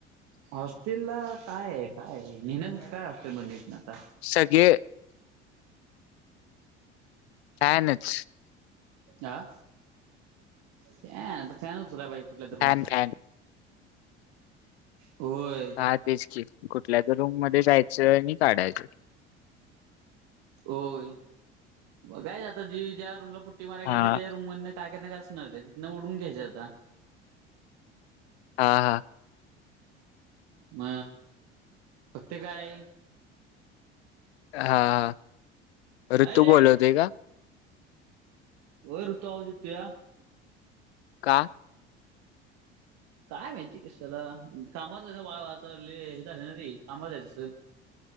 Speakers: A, on the right; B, on the left.
A: हॉस्टेलला काय काय नेन्यासारख काय अस म हितना आता
B: सगे यनच
A: आ फॅन आता फॅनच होला बाई कुठल्या तर
B: फॅन
A: रूमचा
B: फॅन
A: होय
B: ह तेच कि कुठल्या ज रूम मध्ये जायचं आणि काढायचं
A: होय काय जात जी ज्या रमला टी मार घेतले
B: हा
A: त्या रूमध काय काय असणार ते तिनंओडून्यायं आता
B: हा हा
A: म फक् ते काय
B: हा हा ऋतू
A: अय रे
B: बोलवते का
A: वय ऋतू आवजेत तू या
B: का
A: काय माहिती कशाला कामा जायचं आता हे झालं ना रे कामावर जायचं असल